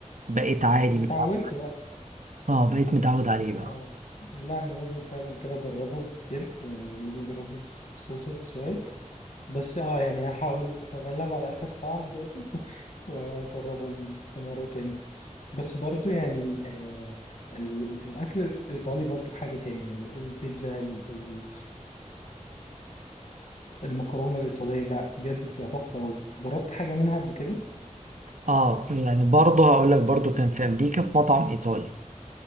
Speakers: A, on the right (about 70°); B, on the left (about 70°).
A: بقيت عادي
B: أوكي
A: متعود
B: اتعودت بقى
A: اه بقيت متعود عليه بقى
B: آه لا أنا لازم فعلا كده أجربه بدب يعني لازم أجربه بص- بصوصز شوية بس آه يعني هحاول أتغلب على آخر طعم دقته <laughs> وأجربه في مرة تاني بس برضو يعني آه ال- الأكل الإيطالي برضو حاجة تاني يعني البيتزا ال- المكرونة الإيطالية لا بجد بتبقى تحفة أوي جربت حاجة منها قبل كده؟
A: اه يعني برضه هقول لك برضه كان في امريكا في مطعم ايطالي